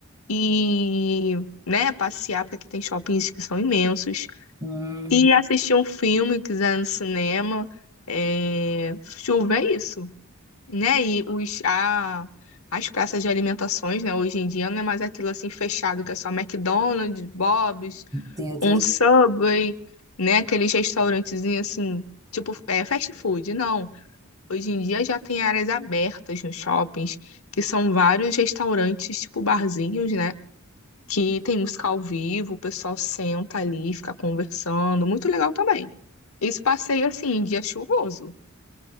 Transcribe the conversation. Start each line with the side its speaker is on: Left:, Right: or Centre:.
Left: e, né, passear, porque aqui tem shoppings que são imensos.
Right: hum,
Left: E assistir um filme, quiser, no cinema. É, chuva é isso, né, e os, a, as praças de alimentações, né, hoje em dia não é mais aquilo, assim, fechado, que é só McDonald's, Bob's,
Right: tem outras.
Left: um Subway, né? Aqueles restaurantezinhos assim, tipo, é, fast food. Não. Hoje em dia já tem áreas abertas nos shoppings, que são vários restaurantes, tipo barzinhos, né? Que tem música ao vivo, o pessoal senta ali, fica conversando. Muito legal também. Esse passeio, assim, em dia chuvoso.